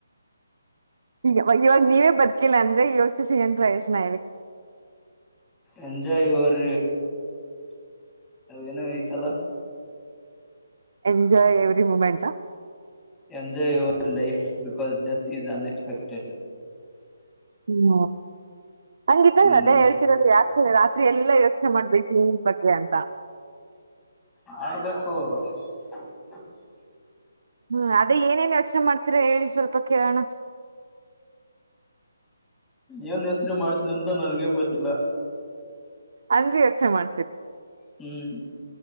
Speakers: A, on the right; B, in the centre.
A: ಈಗ ಇವಾಗ ನೀವೇ ಬದುಕಿಲ್ಲ ಅಂದ್ರೆ ಯೋಚಿಸಿ ಏನ್ ಪ್ರಯೋಜನ ಇದೆ
B: ಎಂಜಾಯ್ ಯುವರ್ ಏನ ಐತಿ ಅಲ್ಲಾ
A: enjoy every moment
B: enjoy your life because death is unexpected
A: hmm ಹಂಗ ಇತ್ತು ಅಂದ್ರೆ
B: ಹ್ಮ್
A: ಅದೇ ಹೇಳ್ತಿರೋದು ಯಾಕ ರಾತ್ರಿ ಎಲ್ಲಾ ಯೋಚನೆ ಮಾಡಬೇಕ ಬಗ್ಗೆ ಅಂತ
B: ಆಡ್ಬೇಕು <inaudible> <unintelligible>
A: ಹ್ಮ್ ಅದೇ ಏನೇನ್ ಯೋಚನೆ ಮಾಡ್ತೀರಾ ಹೇಳಿ ಸ್ವಲ್ಪ ಕೇಳೋಣ
B: ಏನ್ ಯೋಚನೆ ಮಾಡ್ತನಿ ಅಂತ ನನಗೆ ಗೊತ್ತಿಲ್ಲ
A: ಅನ್ರಿ ಯೋಚನೆ ಮಾಡತಿನಿ
B: ಹ್ಮ್